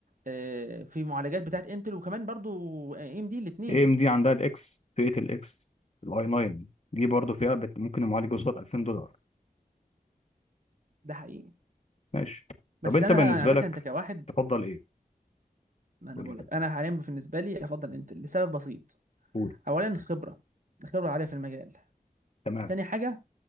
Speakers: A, on the right; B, on the left.
A: آه، في معالجات بتاعت انتل وكمان برضو اي ام دي الاثنين
B: اي ام دي عندها الاكس فئة الاكس الاي 9 دي برضه فئة بت- ممكن المعالج يوصل 2000 دولار
A: ده حقيقي
B: ماشي
A: بس
B: طب انت
A: انا
B: بالنسبة
A: انا على فكره
B: لك
A: انت كواحد
B: تفضل ايه؟
A: ما انا
B: قول
A: بقول
B: لي كده
A: لك انا حاليا بالنسبه لي افضل انتل لسبب بسيط
B: قول
A: اولا خبره خبره عاليه في المجال
B: تمام
A: تاني حاجه